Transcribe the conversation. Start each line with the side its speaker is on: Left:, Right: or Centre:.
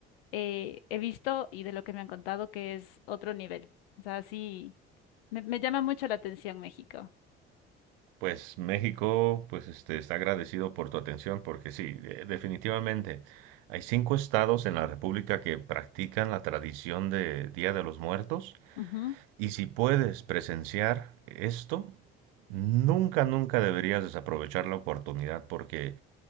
Left: eh, he visto y de lo que me han contado que es otro nivel. O sea, sí, me me llama mucho la atención México.
Right: Pues México, pues este, está agradecido por tu atención, porque sí, de- definitivamente hay cinco estados en la República que practican la tradición de Día de los Muertos,
Left: Ujú,
Right: y si puedes presenciar esto, nunca, nunca deberías desaprovechar la oportunidad, porque